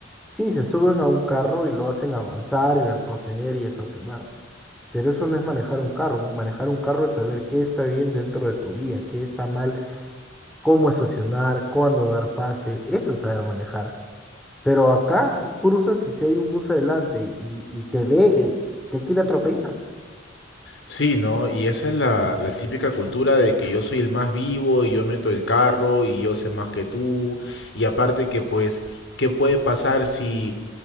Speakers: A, in the centre; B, on the left.
A: sí, se suben a un carro y lo hacen avanzar y retroceder y estacionar. Pero eso no es manejar un carro. Un- Manejar un carro es saber qué está bien dentro de tu vía, qué está mal cómo estacionar, cuándo dar pase, eso es saber manejar. Pero acá tú cruzas y si hay un bus adelante y, y te ve, eh, te quiere atropellar.
B: Sí, ¿no? Y esa es la, la típica cultura de que yo soy el más vivo y yo meto el carro y yo sé más que tú. Y aparte que pues, ¿qué puede pasar si